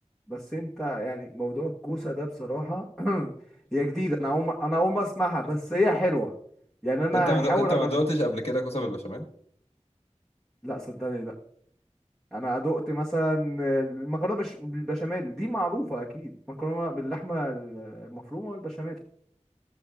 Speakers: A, in the centre; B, on the left.
A: بس انت يعني موضوع الكوسه ده بصراحه <clears throat> هي جديده انا اقوم انا اقوم اسمعها بس هي حلوه يعني انا
B: انت ما
A: هحاول
B: دق... انت
A: أجرب...
B: ما دقتش قبل كده كوسه بالبشاميل
A: لا صدقني لا انا دقت مثلا المكرونه بش... بالبشاميل دي معروفه اكيد مكرونه باللحمه المفرومه والبشاميل